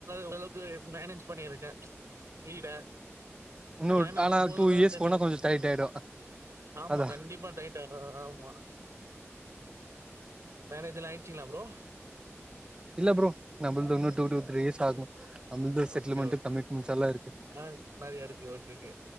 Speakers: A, on the right; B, on the right.
A: ஓரளவுக்கு மேனேஜ் பண்ணியிருக்கே வீட
B: இன்னு
A: கல்யாணம்
B: ஆனா
A: ஆவும்போது
B: டூ
A: தா
B: இயர்ஸ்
A: தெரியும்
B: போனா கொஞ்சோ டைட் ஆயிடு
A: ஆமா
B: அதா
A: கண்டிப்பா டைட் ஹ ஆமா மேரேஜ் எல்லா ஆயிச்சுங்லா ப்ரோ
B: இல்ல ப்ரோ நம்புள்து இன்னு டூ டூ த்ரீ இயர்ஸ் ஆகு அ செட்டில்மெண்டு
A: ஓகே ஓகே
B: கமிட்மென்ட்ஸ் எல்லா இருக்கு
A: ஆ நிறைய இருக்கு ஓகே ஓகே